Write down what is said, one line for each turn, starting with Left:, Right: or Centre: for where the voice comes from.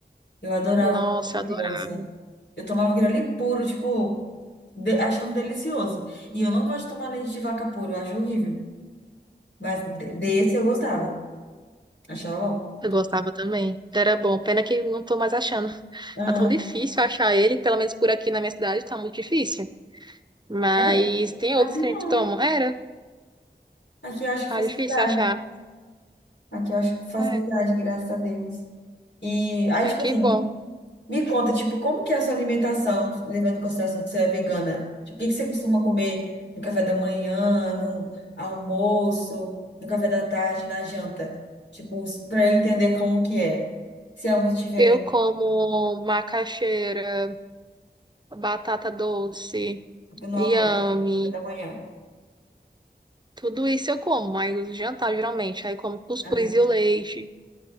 Left: Eu adorava
Right: Nossa,
Left: quando eu era
Right: eu
Left: criança.
Right: adorava.
Left: Eu tomava aquele ali puro, tipo, de- achando delicioso. E eu não gosto de tomar leite de vaca puro, eu acho horrível. Mas de- desse eu gostava. Achava bom.
Right: Eu gostava também. Era bom. Pena que não tô mais achando.
Left: Ah,
Right: Tá tão difícil achar ele, pelo menos por aqui na minha cidade, tá muito difícil. Mas
Left: é?
Right: tem
Left: Aqui
Right: outros que
Left: não.
Right: a gente toma. Era.
Left: Aqui eu acho que
Right: Ah,
Left: facilidade.
Right: difícil achar.
Left: Aqui eu acho que facilidade,
Right: É.
Left: graças a Deus. E aí,
Right: Ai,
Left: tipo
Right: que
Left: assim,
Right: bom.
Left: Me conta, tipo, como que é a sua alimentação, levando em consideração que você é vegana? Tipo, o que que você costuma comer no café da manhã, no almoço, no café da tarde, na janta? Tipo, para eu entender como que é. Se é muito diferente
Right: Eu como macaxeira, batata doce,
Left: do no
Right: inhame.
Left: almoço, no café da manhã.
Right: Tudo isso eu como, mas o jantar geralmente. Aí eu como cuscuz
Left: Ah,
Right: e o leite.